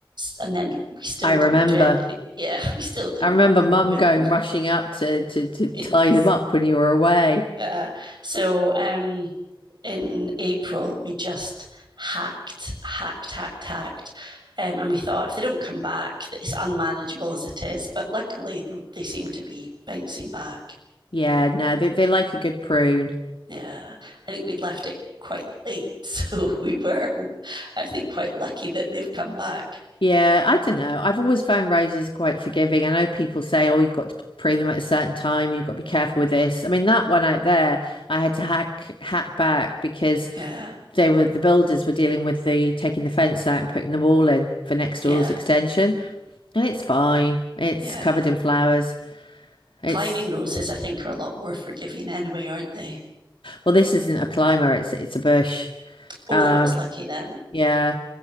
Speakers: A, on the right (about 60°); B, on the left (about 80°).
A: And then we still
B: I remember.
A: didn't do anything. Yeah, <laughs> we still didn't
B: I remember
A: do anything
B: Mum
A: with
B: going
A: them.
B: rushing up to to to tie
A: <laughs> Yes.
B: them up when you were away.
A: Uh, so um in April, we just hacked, hacked, hacked, hacked. Um, and we thought if they don't come back, it's unmanageable as it is. But luckily, they seem to be bouncing back.
B: Yeah, no, they they like a good prune.
A: Yeah, I think we'd left it quite late. <laughs> So we were, I think, quite lucky that they've come back.
B: Yeah, I don't know. I've always found roses quite forgiving. I know people say, oh, you've got to prune them at a certain time, you've got to be careful with this. I mean, that one out there, I had to hack hack back because
A: Yeah,
B: they were the builders were dealing with the taking the fence out and putting the wall in for next
A: yeah,
B: door's extension. And it's fine. It's
A: yeah.
B: covered in flowers. It's
A: Climbing roses, I think, are a lot more forgiving anyway, aren't they?
B: well, this isn't a climber, it's it's a bush.
A: Oh,
B: Um,
A: that was lucky then. <laughs>
B: yeah.